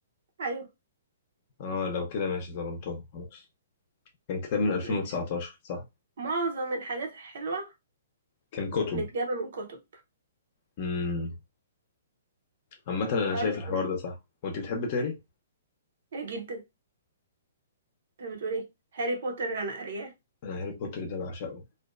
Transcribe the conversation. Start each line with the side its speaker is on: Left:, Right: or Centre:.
Right: ايوه
Left: اه لو كده ماشي ظلمتهم خلاص كان كتاب من
Right: انت
Left: 2019
Right: بتقولي
Left: صح
Right: معظم الحاجات الحلوة
Left: كان كتب
Right: متجابة من كتب
Left: مم. عامة أنا
Right: اقول
Left: شايف
Right: لك
Left: الحوار
Right: ايه
Left: ده صح وأنت بتحب تقري؟
Right: إيه جدا انت بتقولي هاري بوتر انا قارياه
Left: أنا هاري بوتر ده بعشقه